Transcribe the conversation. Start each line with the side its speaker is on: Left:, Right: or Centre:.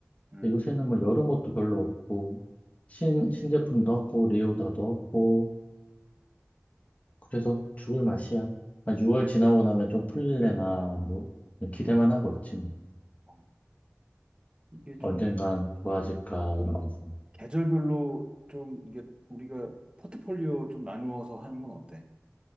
Right: 음.
Left: 근데 요새는 뭐 여름 옷도 별로 없고, 신, 신제품도 없고, 리오다도 없고, 그래서 죽을 맛이야. 한 6월 지나고 나면 좀 풀릴래나, 뭐, 그냥 기대만 하고 있지. 뭐.
Right: 어. 이게 좀
Left: 언젠간 좋아질까, 이러면서.
Right: 계절별로 좀 이게 우리가 포트폴리오 좀 나누어서 하는 건 어때?